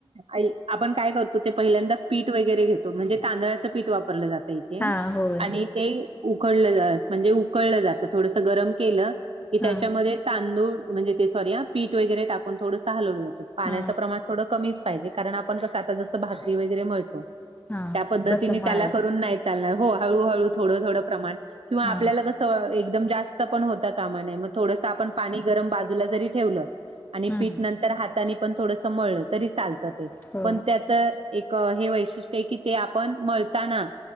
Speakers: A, on the right; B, on the left.
A: ऐक. आपण काय करतो ते पहिल्यांदा पीठ वगैरे घेतो म्हणजे तांदळाच पीठ वापरलं जातंय. ते
B: हा होय
A: आणि ते उकळल जा म्हणजे उकळल जात थोडस गरम केल की त्याच्यामध्ये
B: हा
A: तांदूळ म्हणजे ते सॉरी आ पीठ वगैरे टाकून थोडस हलवल जात पाण्याच
B: हा
A: प्रमाण थोड कमीच पाहिजे कारण आपण कस आता जस भाकरी वगैरे मळतो
B: हा
A: त्या पद्धतीने
B: तसं
A: त्याला
B: म्हणायचं
A: करून नाही चा त्याला हो हळू हळूहळू थोड थोड प्रमाण किंवा आपल्याला
B: हा
A: कस एकदम जास् स्त पण होता कामा नये म थोडस आपण पाणी गरम बाजूला जरी ठेवल आणि
B: हम्म
A: पिठ नंतर तर हातानी पण थोडस मळल तरी चालत ते
B: हो
A: पण त्याच एक हे वैशिष्ट्य आहे की ते आपण मळताना